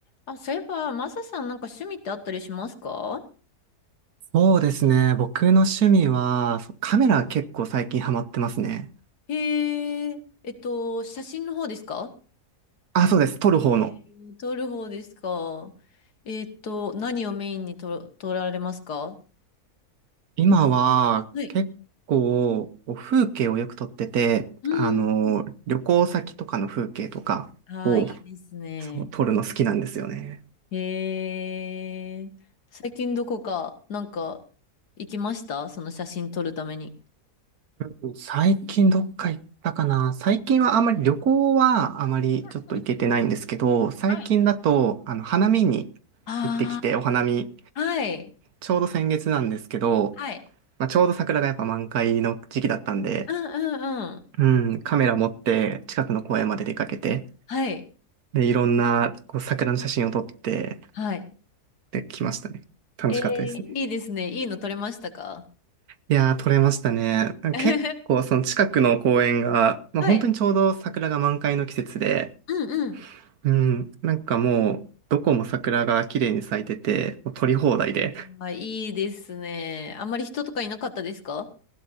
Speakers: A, on the left; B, on the right.
A: あ、そういえば、マサさんなんか趣味ってあったりしますか
B: そうですね。僕の趣味は、そうカメラ結構最近ハマってますね。
A: へえ、えっと、写真の方ですか
B: あ、そうです。撮る方の。
A: へえ、撮る方ですかえっと、何をメインに撮、撮られますか
B: 今は結構こう風景をよく撮ってて、
A: はい。うーん。
B: あの、旅行先とかの風景とかを
A: ああ、いいですね。
B: そう撮るの好きなんですよね。
A: へえ、最近どこか、なんか、行きましたその写真撮るために。
B: うん最近どっか行ったかな最近はあまり旅行はあまりちょっと行けてないんですけど、
A: うん
B: 最近だと、
A: はい。
B: あの、花見に
A: ああ、
B: 行ってきて、お花見
A: はい。
B: ちょうど先月なんですけど、
A: はい。
B: まあ、ちょうど桜がやっぱ満開の時期だったんで、
A: うんうんうん。
B: うん、カメラ持って近くの公園まで出かけて、
A: はい。
B: で、いろんなこう桜の写真を撮って
A: はい。
B: できましたね。楽しかったですね。
A: えー、いいですね。いいの取れましたか
B: いやー、撮れましたね。
A: <laughs>
B: 結構その近くの公園が、まあ、
A: はい。
B: 本当にちょうど桜が満開の季節で、
A: うんうん。
B: うん、なんかもう、どこも桜が綺麗に咲いてて、もう撮り放題で。
A: あー、いいですね。あんまり人とかいなかったですか